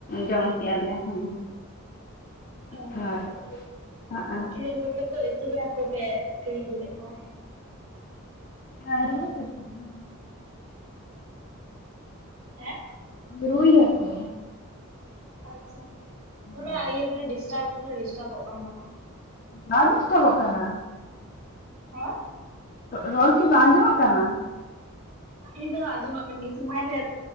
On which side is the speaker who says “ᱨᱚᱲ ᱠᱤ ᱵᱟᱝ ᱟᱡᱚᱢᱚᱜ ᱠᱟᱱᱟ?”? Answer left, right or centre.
Left